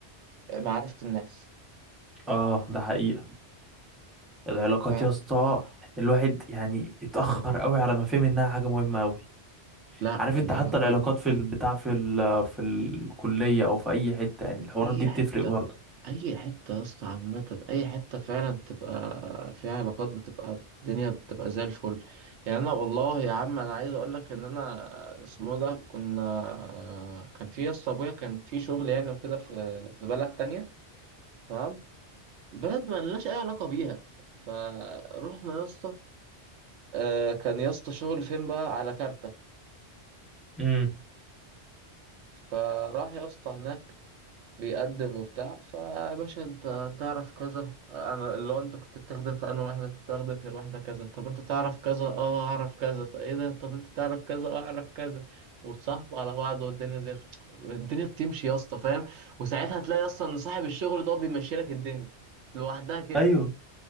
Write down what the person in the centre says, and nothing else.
اه ده حقيقه العلاقات
يا اسطى الواحد يعني اتاخر قوي على ما فهم انها حاجه مهمه قوي
عارف انت
حتى العلاقات في البتاع في ال في الكليه او في اي حته يعني الحوارات
دي بتفرق
برضه
امم
ايوه